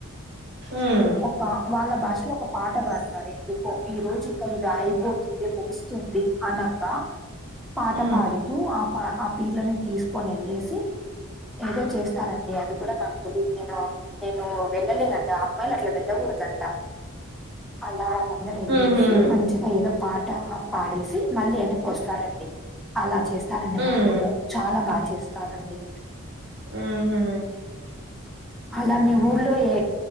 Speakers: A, on the right; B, in the centre.
A: హ్మ్.
B: ఒక వాళ్ళ భాషలో ఒక పాట పాడతార్ ఎందుకో ఈ రోజు ఇంకా ఇది అయిపోతున్ వుంది ముగుస్తుంది అనగా పాట
A: హ్మ్.
B: పాడుతూ ఆప్ ఆ పీర్లని తీసుకొనెళ్ళేసి ఏదో చేస్తారండి అది కూడా నాకు తెలీదు నేను నేనూ వెళ్ళలేదండి అమ్మాయిలట్లా వెళ్ళకూడదంట అలా వాళ్ళ ద్దరు ఎళ్ళేసి
A: హుహు.
B: మంచిగ ఏదో పాట పాడేసి మళ్ళీ ఎనక్కోస్తారండి అలా చేస్తారండి
A: హ్మ్.
B: మా ఊర్లో చాలా బా చేస్తారండి
A: ఉమ్ హు
B: అలా మీ ఊర్లో ఏ